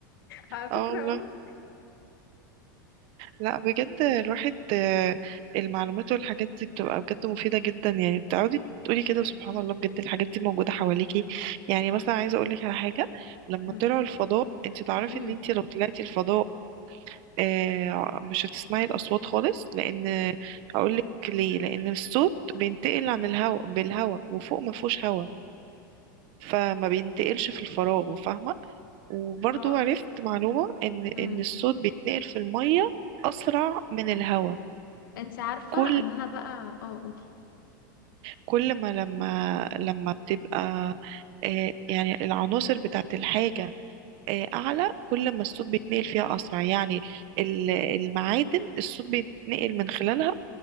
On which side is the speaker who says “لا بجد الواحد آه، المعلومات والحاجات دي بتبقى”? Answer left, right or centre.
Right